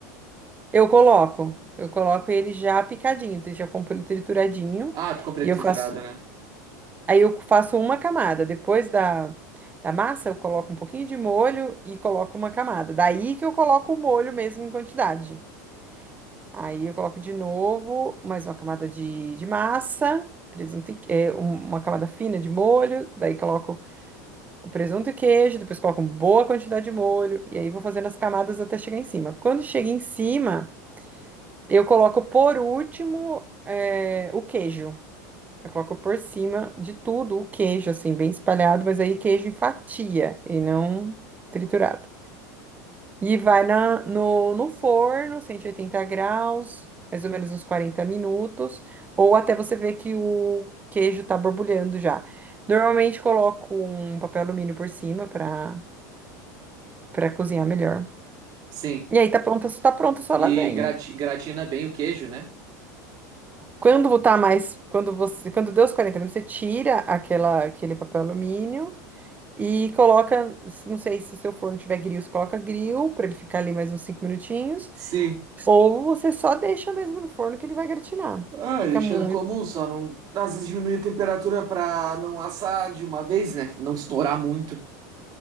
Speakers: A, on the right; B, on the right.
A: Eu coloco, eu coloco ele já picadinho, então eu já compro ele trituradinho
B: Ah, tu comprei
A: e
B: triturado,
A: eu faço
B: né?
A: Aí eu faço uma camada. Depois da, da massa, eu coloco um pouquinho de molho e coloco uma camada. Daí que eu coloco o molho mesmo em quantidade. Aí eu coloco de novo mais uma camada de, de massa, presunto e, é, um- uma camada fina de molho. Daí coloco o presunto e queijo. Depois coloco uma boa quantidade de molho. E aí vou fazendo as camadas até chegar em cima. Quando chega em cima, eu coloco por último, é, o queijo. Eu coloco por cima de tudo o queijo, assim, bem espalhado, mas aí queijo em fatia e não triturado. E vai na, no, no forno, 180 graus, mais ou menos uns 40 minutos, ou até você ver que o queijo tá borbulhando já. Normalmente coloco um papel alumínio por cima para para cozinhar melhor.
B: Sim.
A: E aí tá pronta, tá pronta a sua
B: E
A: lasanha.
B: grati- gratina bem o queijo, né?
A: Quando tá mais, quando você, quando deu os 40 minutos, você tira aquela, aquele papel alumínio. E coloca, se- não sei se o seu forno tiver grill, você coloca grill para ele ficar ali mais uns cinco minutinhos,
B: Sim.
A: ou você só deixa mesmo no forno que ele vai gratinar.
B: Ah,
A: Fica
B: deixando
A: muito.
B: comum, só não. Às vezes diminui a temperatura pra não assar de uma vez, né? Não estourar muito,